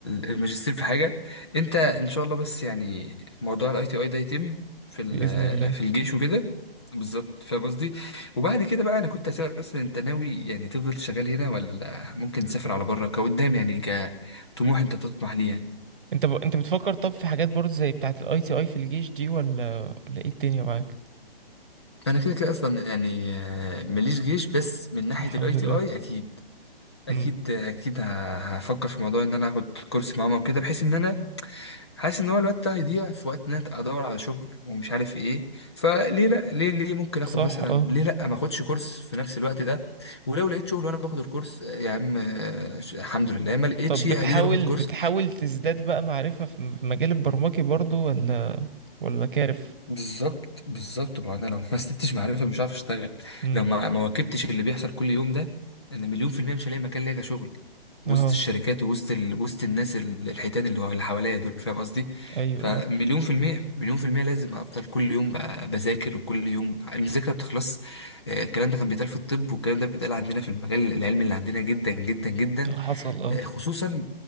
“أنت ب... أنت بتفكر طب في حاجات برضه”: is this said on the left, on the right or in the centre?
Right